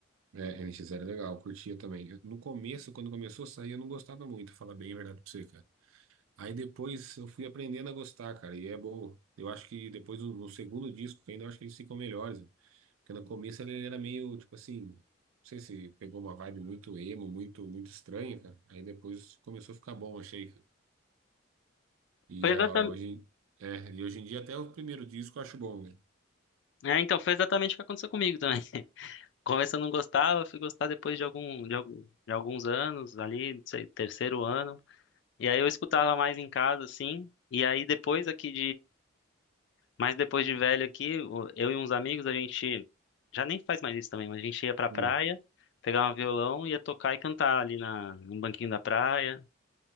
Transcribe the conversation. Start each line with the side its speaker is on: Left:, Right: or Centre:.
Right: é, nx zero é legal, eu curtia também. Eu- No começo, quando começou a sair, eu não gostava muito, falar bem a verdade pra você, cara. Aí depois eu fui aprendendo a gostar, cara, e é bom. Eu acho que depois, no no segundo disco ainda, eu acho que eles ficam melhores. Porque no começo ele era meio, tipo assim, não sei se pegou uma vibe muito emo, muito, muito estranha, cara. Aí depois começou a ficar bom, achei, cara. E,
Left: Foi exatamente,
Right: é, hoje, em- é, e hoje em dia até o primeiro disco eu acho bom, né?
Left: é, então foi exatamente o que aconteceu comigo também. <laughs> Começo eu não gostava, fui gostar depois de algum de, algum- de alguns anos ali, não sei, terceiro ano. E aí eu escutava mais em casa assim. E aí depois aqui Mas depois de velho aqui, o- eu e uns amigos, a gente já nem faz mais isso também, mas a gente ia pra praia,
Right: Hum.
Left: pegava um violão, ia tocar e cantar ali na, no banquinho da praia,